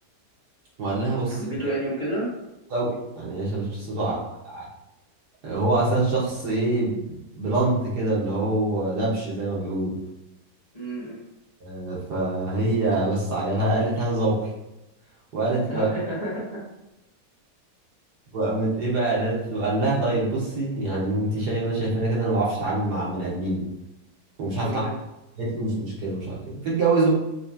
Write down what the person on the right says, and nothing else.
وقال لها بصي
أنا
قوي يعني هي شافت شخصيته
ع... ع- هو اصلا شخص ايه بلانت كده اللي هو دبش زي ما بيقولوا
آه، فهي بس عجبها قالت هذا ذوقي وقالت
وقامت ايه بقى قالت له قال لها طيب بصي يعني انت شايفه ما شايفانا كده انا ما بعرفش اتعامل مع البني ادمين ومش عارف
اتعامل قالت له مش مشكله مش عارف ايه فاتجوزوا